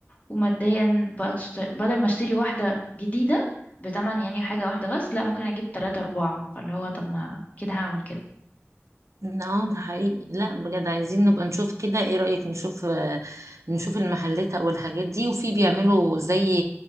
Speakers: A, on the left (about 30°); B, on the right (about 85°).
A: وماديا بقى تشتري بدل ما اشتري واحده جديده بتمن يعني حاجه واحده بس لا ممكن اجيب تلاتة اربعة فاللي هو طب ما كده هعمل كده
B: اه ده حقيقي لا بجد عايزين نبقى نشوف كده ايه رأيك نشوف آه، نشوف المحلات او الحاجات دي وفي بيعملوا زي